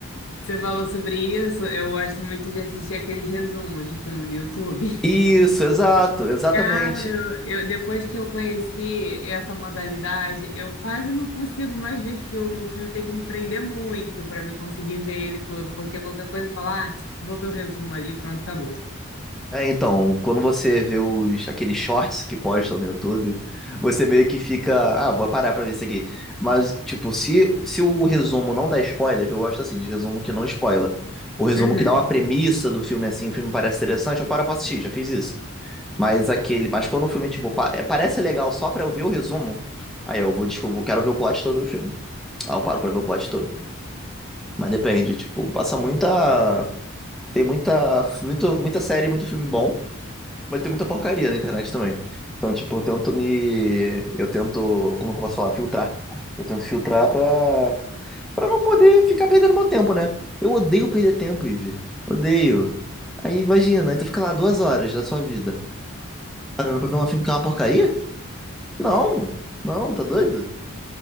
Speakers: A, on the left; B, in the centre.
A: você falou sobre isso. Eu gosto muito de assistir aqueles resumos de filme no YouTube.
B: Isso, exato, exatamente.
A: Cara, eu, eu- depois que eu conheci essa modalidade, eu quase não consigo mais ver filme. O filme tem que me prender muito para me conseguir ver ele todo, porque qualquer coisa falar, ah, vou ver o resumo ali, pronto, acabou.
B: É, então, quando você vê os, aqueles shorts que postam no YouTube, você meio que fica, ah, vou parar pra ver isso aqui. Mas, tipo, se, se o resumo não dá spoiler, eu gosto assim, de resumo que não spoiler. O resumo
A: Uhum.
B: que dá uma premissa do filme assim, o filme parece interessante, eu paro pra assistir, já fiz isso. Mas aquele, mas quando o filme, tipo, pa- é, parece legal só pra eu ver o resumo, aí eu vou, desculpa, quero ver o plot todo do filme. Aí eu paro pra ver o plot todo. Mas depende, tipo, passa muita, tem muita, muito, muita série, muito filme bom. Mas tem muita porcaria na internet também. Então, tipo, eu tento me. Eu tento. Como é que eu posso falar? Filtrar. Eu tento filtrar pra. Pra não poder ficar perdendo meu tempo, né? Eu odeio perder tempo, Ive. Odeio. Aí imagina, aí tu fica lá duas horas da sua vida. Parando pra ver um filme que é uma porcaria? Não, não, tá doido?